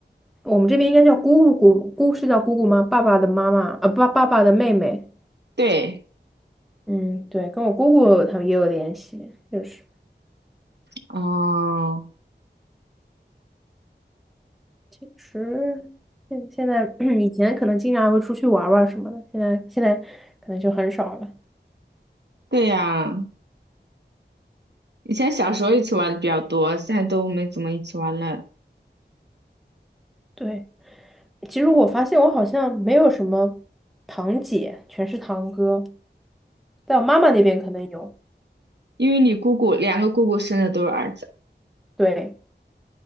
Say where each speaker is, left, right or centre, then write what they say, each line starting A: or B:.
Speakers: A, in the centre; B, on the right.
A: 我们这边应该叫姑姑姑，姑是叫姑姑吗？爸爸的妈妈啊，爸爸爸的妹妹。
B: 对，
A: 嗯，对，跟我姑姑他们也有联系，就是，
B: 哦，
A: 其实现现在 <clears throat> 以前可能经常会出去玩儿玩儿什么的，现在现在可能就很少了。
B: 对呀，以前小时候一起玩的比较多，现在都没怎么一起玩了，
A: 对，其实我发现我好像没有什么堂姐，全是堂哥，在我妈妈那边可能有。
B: 因为你姑姑两个姑姑生的都是儿子。
A: 对，